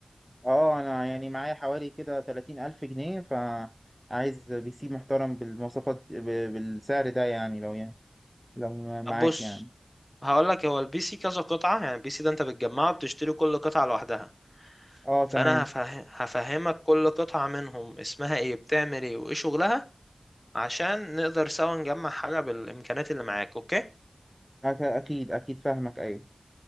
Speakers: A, in the centre; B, on the left (about 15°).
A: اه انا يعني معايا حوالي كده 30 الف جنيه فعايز بي سي محترم بالمواصفات ب- بالسعر ده يعني لو يعني لو معاك
B: طب بص
A: يعني
B: هقول لك هو البي سي كذا قطعه يعني البي سي ده انت بتجمعه بتشتري كل قطعه لوحدها
A: اه
B: فانا
A: تمام
B: هفه... هفهمك كل قطعه منهم اسمها ايه بتعمل ايه وايه شغلها عشان نقدر سوا نجمع حاجه بالامكانيات اللي معاك اوكي
A: أك- اكيد اكيد فاهمك ايوه